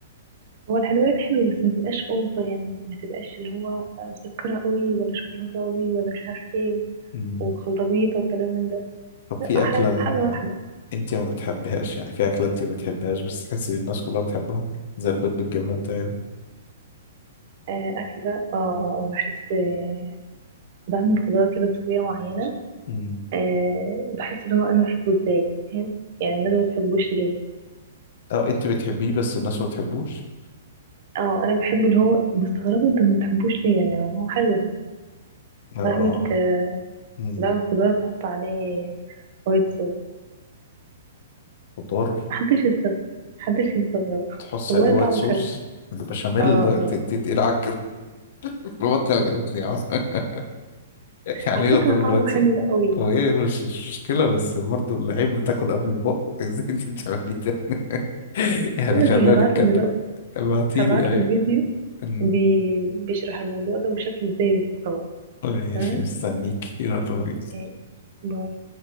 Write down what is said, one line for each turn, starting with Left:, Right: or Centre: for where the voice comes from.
Right: هو الحلويات حلوة بس ما تبقاش اوفر يعني ما تبقاش اللي هو مسكرة قوي ولا شوكولاتة قوي ولا مش عارف ايه
Left: مم.
Right: وخلطة بيضة وكلام من ده
Left: طب في
Right: لا ح-
Left: أكلة
Right: حاجة واحدة
Left: أنت ما بتحبهاش يعني في أكلة أنت ما بتحبهاش بس تحسي الناس كلها بتحبها زي البيض بالجبنة بتاعي ده
Right: آه، أكل ده اه آه، بحس آه، بعمل خضار كده بطريقة معينة
Left: مم.
Right: آه، بحس اللي هو أنا بحبه ازاي فاهم يعني الناس ما بتحبوش ليه
Left: أه أنت بتحبيه بس الناس ما بتحبوش
Right: اه أنا بحبه اللي هو مستغربة انتوا ما بتحبوش ليه يعني هو حلو هو
Left: لا
Right: بعمل
Left: أعرف
Right: آه،
Left: مم.
Right: بعمل خضار بحط عليه وايت صوص
Left: خضار
Right: محدش يستغرب محدش يستغرب
Left: تحط
Right: <laughs> والله
Left: عليه وايت
Right: طعمه
Left: صوص
Right: حلو
Left: البشاميل
Right: اه
Left: ده
Right: اه
Left: ت- ت- تقيل على بطني وجعتني يا عم <laughs> يعني
Right: على
Left: ايه
Right: فكرة
Left: الضرب
Right: طعمه
Left: رايت
Right: حلو
Left: صدر
Right: قوي
Left: هو ايه مش مش مشكلة بس برضه اللعيب بتاكل قبل البق <laughs> ازاي انت بتعملي ده <laughs> يعني
Right: اقول
Left: خلينا
Right: لك ايه هبعت
Left: نتكلم
Right: لك دلوقتي
Left: ابعتيلي
Right: هبعت لك
Left: ايوه
Right: فيديو
Left: أمم.
Right: بي... بيشرح الموضوع ده وشكله ازاي بيبقى الطبق
Left: ماشي
Right: تمام
Left: مستنيك يلا بينا
Right: إيه. باي